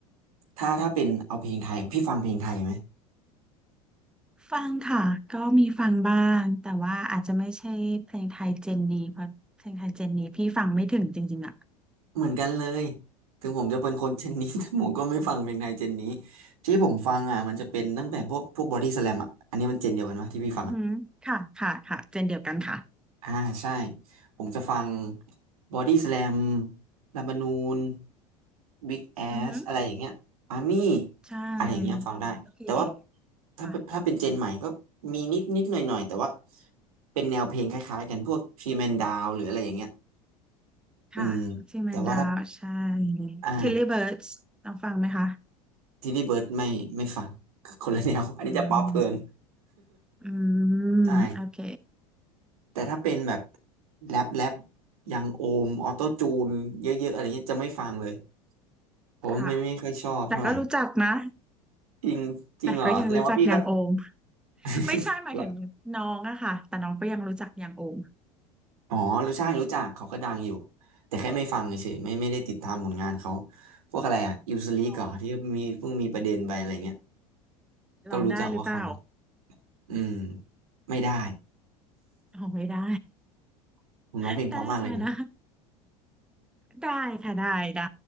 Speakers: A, on the right; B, in the centre.
A: ถ้าถ้าเป็นเอาเพลงไทยพี่ฟังเพลงไทยไหม
B: ฟังค่ะก็มีฟังบ้างแต่ว่าอาจจะไม่ใช่เพลงไทยเจนนี้เพราะเพลงไทยเจนนี้พี่ฟังไม่ถึงจริงๆอ่ะ
A: เหมือนกันเลยถึงผมจะเป็นคนเจนนี้ <laughs> แต่ผมก็ไม่ฟังเพลงไทยเจนนี้ที่ผมฟังอ่ะมันจะเป็นตั้งแต่พวกพวกบอดี้สแลมอ่ะอันนี้มันเจนเดียวกันวะที่พี่ฟังอะ
B: อือหือค่ะค่ะค่ะเจนเดียวกันค่ะ
A: อ่าใช่ผมจะฟังบอดี้ส a ลมลัมบานูนบิ๊กแอสอะไรอย่างเงี้ยอาร์มี่
B: อือหือใช่โอเค
A: อะไรอย่างเงี้ยฟังได้แต่ว่าถ้าถ้าเป็นเจนใหม่ก็มีนิดนิดหน่อยหน่อยแต่ว่า
B: ค่ะ
A: เป็นแนวเพลงคล้ายๆกันพวกทรีแมนดาวหรืออะไรอย่างเงี้ย
B: ค่ะทีแมนดาวใช่
A: อืมแต่ว่าถ้าอ่า
B: ทิลลี่เบิร์ดส์ลองฟังไหมคะ
A: ทีนี่เบิร์ดไม่ไม่ฟังคนละแนว <laughs> อันนี้จะป๊อปเกิน
B: อืมอื
A: <laughs>
B: มโอเค
A: ใช่แต่ถ้าเป็นแบบแรปแรปยังโอมออโต้จูนเยอะๆอะไรเงี้ยจะไม่ฟังเลย ผมไม่ไม่ค่อยชอบเท่าไหร่
B: ค่ะแต่ก็รู้จักนะ
A: จริงจริงเหรอแสดงว่าพี่ก็
B: แต่ก็ยังรู้จักอย่างโอม
A: <laughs>
B: ไม่ใช่หมายถึงน้องอะค่ะแต่น้องก็ยังรู้จักอย่างโอม
A: เหรออ๋อรู้ใช่รู้จักเขาก็ดังอยู่แต่แค่ไม่ฟังเฉยๆไม่ไม่ได้ติดตามผลงานเขาพวกอะไรอ่ะอิวสลีกเหรอที่มีเพิ่งมีประเด็นไปอะไรเงี้ย
B: ลอง
A: ก็รู้จักว่าเขาเนาะ
B: ลองได้หรือเปล่า
A: อืมไม่ได้
B: ลองไม่ได้
A: <laughs> ผมร้องเพลงเพราะมากเลยนะ
B: <laughs> ได้ค่ะได้ได้ค่ะได้ได้